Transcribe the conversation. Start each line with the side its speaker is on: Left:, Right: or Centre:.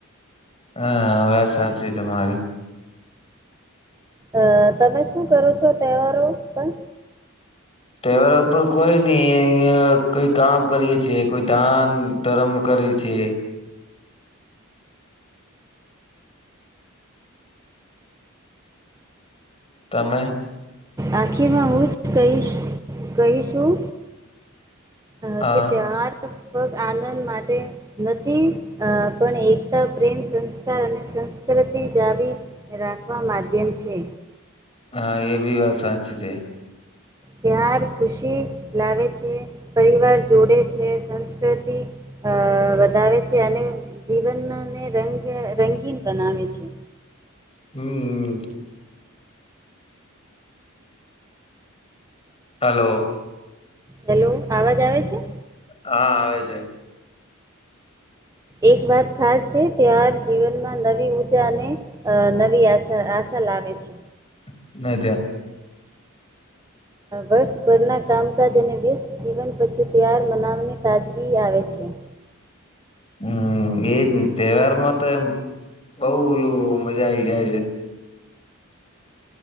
Left: હા વાત સાચી તમારી
Right: અ તમે શું કરો છો તહેવારો પણ.
Left: ટવર ઉપર કોઈ નહી અ કોઈ કામ કરીએે છે કોઈ ધાન તરમ કરે છે. તમે
Right: આખીમાં હું જ કહીશ કહીશું હ
Left: હા
Right: કે તર પગ આનંદ માટે નથી અ પણ એકતા પ્રેમ સંસ્કાર અને સંસ્કૃતિ જ આવી રાખવા માધ્યમ છે.
Left: હા એ બી વાત સાચી છે.
Right: પ્યાર ખુશી લાવે છે, પરિવાર જોડે છે. સંસ્કૃતિ અ વધાવે છે અને જીવનને રંગ રંગીન બનાવે છે.
Left: હમ હમ. હલો.
Right: હેલો આવાજ આવે છે?
Left: હા આવે છે.
Right: એક વાત ખાસ છે. તો આ જીવનમાં નવી ઉર્જા અને નવી આછા આશા ચલાવે છે.
Left: <unintelligible>
Right: વર્ષભરના કામકાજ અને વીસ જીવન પછી તાર મનાવને તાજગી આવે છે.
Left: હમ એજ ને તહેવાર માં તો એમ બઉ ઓલું મજા આઈ જાય છે.